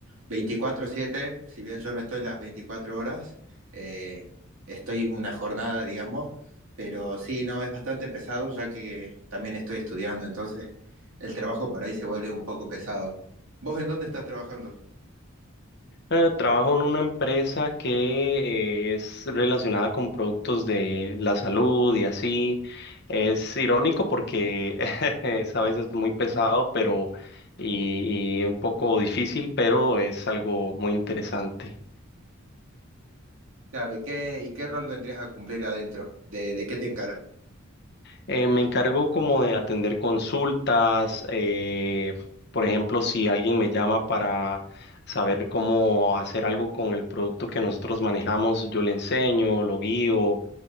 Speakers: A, on the right (about 80°); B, on the left (about 55°).
A: 24/7, si bien yo no estoy las 24 horas, eh, estoy una jornada, digamos, pero sí, no, es bastante pesado ya que también estoy estudiando, entonces el trabajo por ahí se vuelve un poco pesado. ¿Vos en dónde estás trabajando?
B: Eh, trabajo en una empresa que es relacionada con productos de la salud y así. Es irónico porque <laughs> es a veces muy pesado, pero y, y un poco difícil, pero es algo muy interesante.
A: Claro, ¿y qué, y qué rol vendrías a cumplir adentro? ¿De, de qué te encaras?
B: Eh, me encargo como de atender consultas, eh, por ejemplo, si alguien me llama para saber cómo hacer algo con el producto que nosotros manejamos, yo le enseño, lo guío,